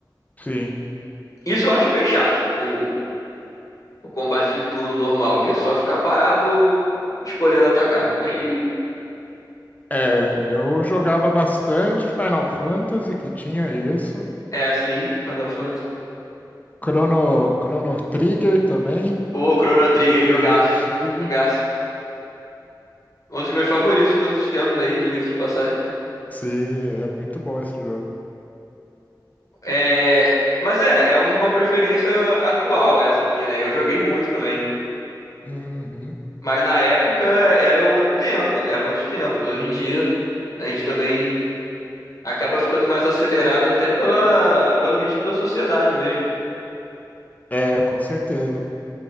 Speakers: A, on the left; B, on the left.
A: Sim.
B: Isso eu acho bem chato, o, o combate de turno normal, que é só ficar parado escolhendo atacar. Aí
A: É, eu jogava bastante Final Fantasy, que tinha isso.
B: é assim, Final Fantasy.
A: Chrono, Chrono Trigger também,
B: Ô, Chrono Trigger,
A: bem mais
B: jogaço.
A: antigo.
B: Jogaço. Um dos meus favoritos de todos os tempos aí, diga-se de passagem.
A: Sim, é muito bom esse jogo.
B: É, mas é, é uma preferência atual essa minha, né? Eu joguei muito também.
A: Uhum.
B: Mas na época era um outro tempo, eram outros tempos. Hoje em dia a gente também acaba ficando mais acelerado até pela, pelo ritmo da sociedade mesmo.
A: É, com certeza.